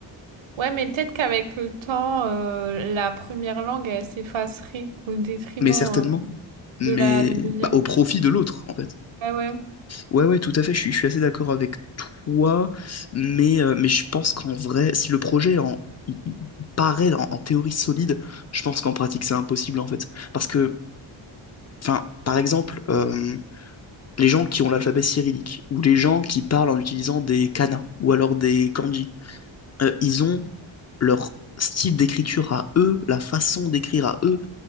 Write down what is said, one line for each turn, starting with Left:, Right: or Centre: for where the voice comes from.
Right: Ouais, mais peut-être qu'avec le temps, euh, la première langue, elle s'effacerait au détriment,
Left: Mais certainement.
Right: euh,
Left: Mais
Right: de la deuxième.
Left: bah, au profit de l'autre, en fait.
Right: Ouais, ouais.
Left: Ouais, ouais, tout à fait, je suis, je suis assez d'accord avec toi, mais, euh, mais je pense qu'en vrai, si le projet en, il- il paraît en, en théorie solide, je pense qu'en pratique c'est impossible en fait. Parce que, enfin, par exemple, euh, les gens qui ont l'alphabet cyrillique, ou les gens qui parlent en utilisant des kanas, ou alors des kanji, euh, ils ont leur style d'écriture à eux, la façon d'écrire à eux,